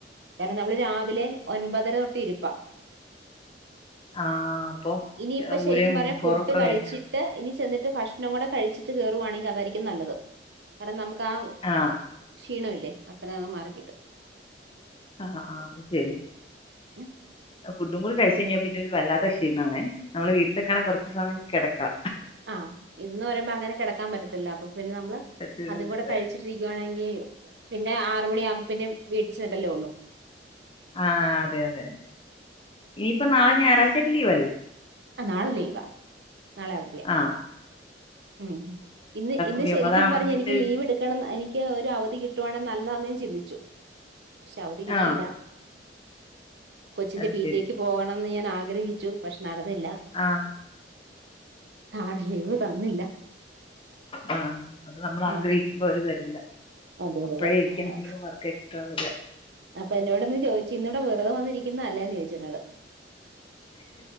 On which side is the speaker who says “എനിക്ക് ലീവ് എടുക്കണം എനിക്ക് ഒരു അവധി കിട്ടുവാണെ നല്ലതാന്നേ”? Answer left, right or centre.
Right